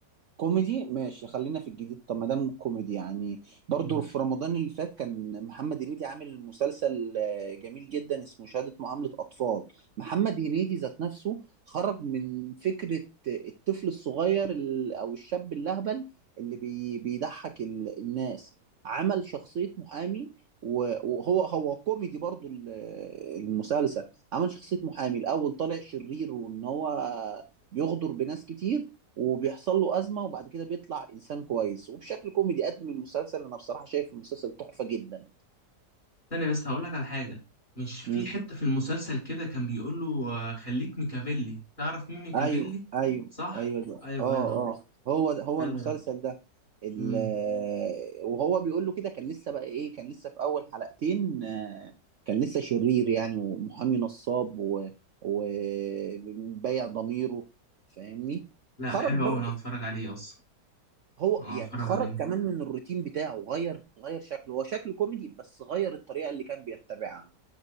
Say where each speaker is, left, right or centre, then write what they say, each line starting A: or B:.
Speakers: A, on the right; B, on the left.
A: كوميدي ماشي خلينا في الجديد طب ما دام كوميدي يعني برضو
B: مم.
A: في رمضان اللي فات كان محمد هنيدي عامل مسلسل آه، جميل جدا اسمه شهادة معاملة أطفال محمد هنيدي ذات نفسه خرج من فكرة الطفل الصغير ال- أو الشاب اللهبل اللي بي بيضحك ال- الناس عمل شخصية محامي و- وهو هو كوميدي برضو ال- المسلسل عمل شخصية محامي الأول طالع شرير وإن هو بيغدر بناس كتير وبيحصل له أزمة وبعد كده بيطلع إنسان كويس وبشكل كوميدي قدم المسلسل أنا بصراحة شايف المسلسل تحفة جدا
B: ثانية بس هقول لك على حاجة مش في
A: مم.
B: حتة في المسلسل كده كان بيقول له آه، خليك ميكافيلي تعرف مين ميكافيلي
A: أيوه أيوه
B: صح
A: أيوه ده
B: ايوه
A: أه
B: ايوه
A: أه هو ده هو
B: انا
A: المسلسل ده ال-
B: مم.
A: آه، وهو بيقول له كده كان لسه بقى إيه كان لسه في أول حلقتين آه، كان لسه شرير يعني ومحامي نصاب و- وبيع ضميره فاهمني
B: لا
A: خرج
B: حلو
A: برضه
B: قوي انا هتفرج عليه اصلا
A: هو
B: أنا
A: يعني
B: هتفرج
A: خرج
B: عليه
A: كمان من الروتين بتاعه غير غير شكله هو شكله كوميدي بس غير الطريقة اللي كان بيتبعها